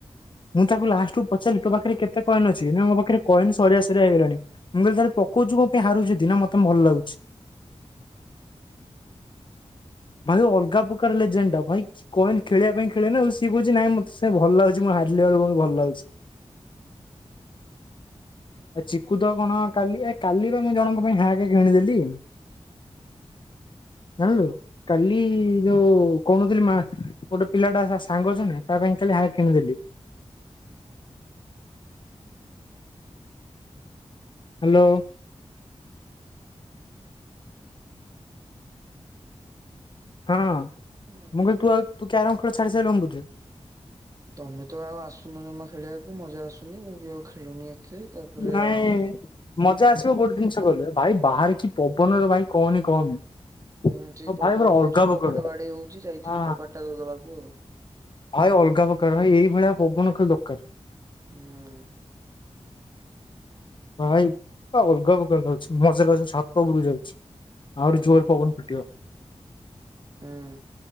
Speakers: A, on the left; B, on the right.
A: ମୁଁ ତାକୁ ଲାଷ୍ଟକୁ ପଚାରିଲି ତୋ ପାଖରେ କେତେ କଣ <unintelligible> ସିଏ ମୋ ପାଖରେ କଏନ ସରିଆ ସରିଆ ହେଇଗଲାଣି। ମୁଁ କଇଲି ଥରେ ପକଉଛିୁ କଣ ପୁଣି ହାରୁଚୁ ତି? ନା ମତେ ଭଲ ଲାଗୁଛି। ଭାଇ ଅଲଗା ପ୍ରକାର ଲେଜେଣ୍ଡା, ଭାଇ। କଏନ ଖେଳିବା ପାଇଁ ଖେଳେ ନା ଆଉ। ସିଏ କହୁଛି ନାଇଁ ମତେ ସେ ଭଲ ଲାଗୁଛି। ମୁଁ ହାରିଲା ବେଳକୁ ଭଲ ଲାଗୁଛି। ଆ ଚକୁ ତ କଣ କାଲି, ଏ କାଲି ବା ମୁଁ ଜଣଙ୍କ ପାଇଁ ହ୍ୟାକ୍ କିଣି ଦେଲି। ଜାଣ୍ଲୁ। କାଲି ଯୋଉ କଉନଥିଲି ମା ଗୋଟେ ପିଲାଟା ସାଙ୍ଗ ଯିଏ ନାଇଁ। ତା ପାଇଁ କାଲି ହ୍ୟାକ୍ କିଣିଦେଲି। ହ୍ୟାଲୋ। ହଁ।
B: ହୁଁ ତମେ ତ ଆଉ ଆସୁନ ଜମା ଖେଳିବାକୁ ମଜା ଆସୁନି। ମୁଁ ବି ଆଉ ଖେଳୁନି। ଏତେ ତାପରେ
A: ନାଇଁ।
B: ଆଉ
A: ମଜା ଆସିବ କୋଉଠି ଗୋଟେ ଜିନିଷ ଗଲେ। ଭାଇ ବାହାରେ କି ପବନରେ ଭାଇ କହନି କହନି।
B: ହୁଁ, ସେଇ
A: ଆଉ
B: ପବନ
A: ଭାଇ ପୁରା ଅଲଗା
B: ହଉଛି।
A: ପ୍ରକାର
B: କବାଟା ବାଡେଇ ହଉଚି। ଯାଇଥିଲି
A: ଆ
B: କବାଟଟା ଦବାକୁ ଆଉ।
A: ଭାଇ ଅଲଗା ପ୍ରକାର। ଭାଇ ଏଇ ଭଳିଆ ପବନ ଖାଲି ଦରକାର।
B: ହୁଁ।
A: ଭାଇ, ଅଲଗା ପ୍ରକାର ଅଛି। ମଜା ଲାଗୁଛି ଛାତ ଉପରକୁ ଯାଉଛି। ଆହୁରି
B: ହୁଁ
A: ଜୋରେ ପବନ ପିଟିବ।
B: ହୁଁ